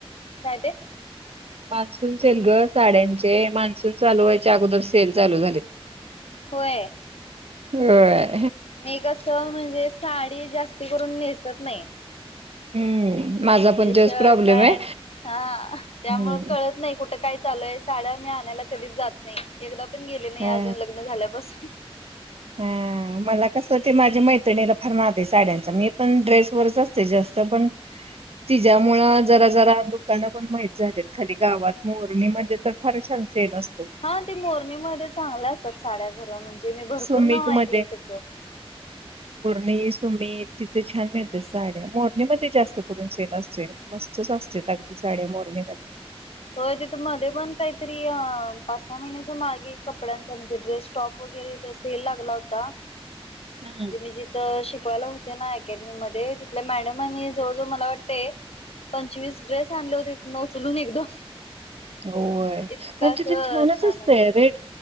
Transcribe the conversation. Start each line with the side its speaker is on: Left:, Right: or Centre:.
Left: काय तेे
Right: मान्सून सेल ग साड्यांचे मान्सून चालू व्हायच्या अगोदर सेल चालू झाले
Left: होय
Right: हो
Left: मी कस म्हणजे साडी जास्ती करून नेसत नाही
Right: हम्म माझा
Left: म्हणजे
Right: पण तोच
Left: शर्ट
Right: प्रॉब्लेम
Left: पॅन्ट
Right: आहे
Left: हा त्यामुळं
Right: हम्म
Left: कळत नाही कुठं काय चालूय साड्या मी आणायला कधीच जात नाही एकदा पण गेले नाही
Right: हा
Left: अजून लग्न झाल्यापासून हा
Right: हा मला कस ते माझे मैत्रिणीला फार नाद आहे साड्यांचा मी पण ड्रेस वरच असते जास्त पण तिच्यामुळं जरा जरा दुकानं पण माहित झालीत खाली गावात मोरणीमध्ये तर फार छान सेल असत
Left: हा ते मोरणीमध्ये चांगल्या असतात साड्या खरं म्हणजे मी भरपूर
Right: कमीत
Left: नाव
Right: कमी
Left: ऐकलंय
Right: मध्ये
Left: त्याचं
Right: मी सुमी तिथे छान मिळते साड्या मोरणी मध्ये जास्त करून सेल असते मस्त स्वस्त अगदी साड्या मोरणी मध्ये
Left: होय तिथ मध्ये पण काहीतरी पाच सहा महिन्याच्या मागे कपड्यांचा म्हणजे ड्रेस टॉप वगैरे चा सेल लागला होता म्हणजे
Right: हम्म
Left: मी जिथ शिक शिकवायला होते ना अकॅडमी मध्ये तिथल्या मॅडम आणि जवळ जवळ मला वाटते पंचवीस ड्रेस आणले होते तिथ उचलून एकदम
Right: होय
Left: इतकं
Right: कारण
Left: असं
Right: तिथे छानच
Left: छान
Right: असतय
Left: होतं
Right: रेट